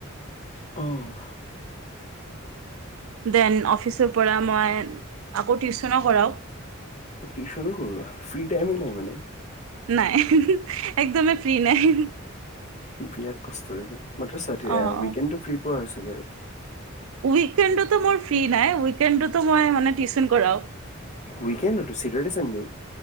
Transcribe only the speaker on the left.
<inaudible>
টিউশনো কৰা ফ্ৰী টাইম নাই মানে <unintelligible>
বিৰাট কষ্ট হয় <unintelligible> মাত্ৰ উইকেডটো
ফ্ৰী পোৱা আৰু চাগে আৰু <unintelligible>
উইকেণ্ডটো চেটাৰডে সানডে <unintelligible>